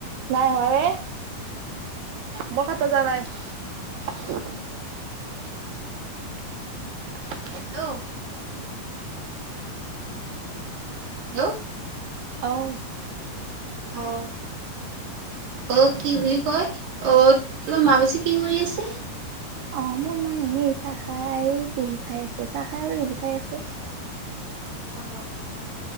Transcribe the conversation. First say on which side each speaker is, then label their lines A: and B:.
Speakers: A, on the right (about 80°); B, on the right (about 50°).
A: নাই হৱে এ মই কতো যোৱা নাই। <unintelligible>
B: হেল্ল হেল্ল'
A: অফ
B: অ', অ', কি বুলি কয় অঁ তোমাৰ মা বছে কি কৰি আছে
A: অঁ মোৰ মায়ে এনেই চাহ খাই টভি চাই আছে, চাহ খাইো টিভি চাই আছে।
B: অ'